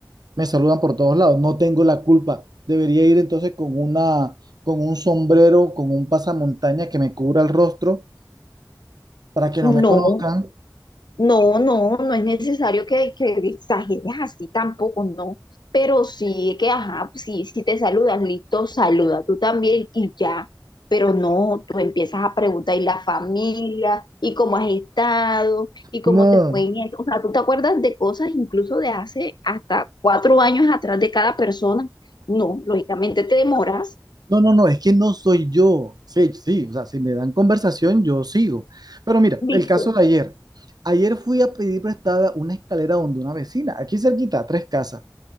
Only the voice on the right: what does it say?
me saludan por todos lados, no tengo la culpa. Debería ir entonces con una, con un sombrero, con un pasamontaña que me cubra el rostro para que
no me conozcan.
No,
no, no, no, es que no soy yo. Sí, sí, o sea, si me dan conversación, yo sigo. Pero mira,
el caso de ayer. Ayer fui a pedir prestada una escalera donde una vecina, aquí cerquita, a tres casas.